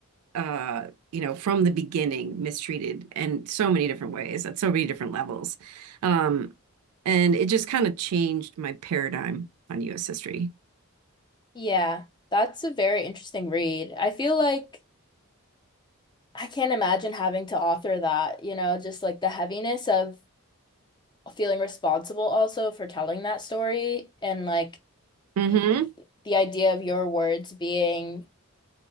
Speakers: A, on the right; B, on the left.
A: uh, you know, from the beginning mistreated in so many different ways at so many different levels. Um, and it just kind of changed my paradigm on US history.
B: Yeah, that's a very interesting read. I feel like I can't imagine having to author that, you know, just like the heaviness of feeling responsible also for telling that story and like
A: hmm
B: y- the, the idea of your words being